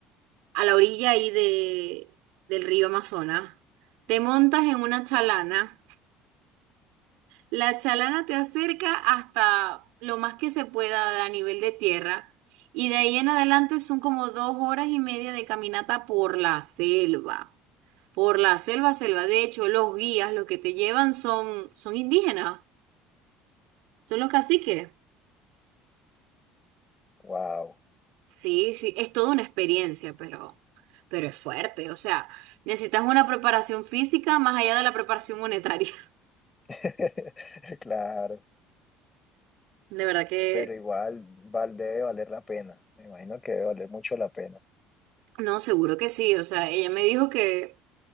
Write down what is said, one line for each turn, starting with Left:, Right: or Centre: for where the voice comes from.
Right: a la orilla ahí de, del río Amazonas. Te montas en una chalana. La chalana te acerca hasta lo más que se pueda a nivel de tierra. Y de ahí en adelante son como dos horas y media de caminata por la selva. Por la selva, selva. De hecho, los guías, los que te llevan son, son indígenas, son los caciques.
Left: wow.
Right: Sí, sí, es toda una experiencia, pero, pero es fuerte. O sea, necesitas una preparación física más allá de la preparación monetaria. <laughs>
Left: <laughs> Claro,
Right: De verdad que
Left: pero igual val, debe valer la pena. Me imagino que debe valer mucho la pena.
Right: no, seguro que sí. O sea, ella me dijo que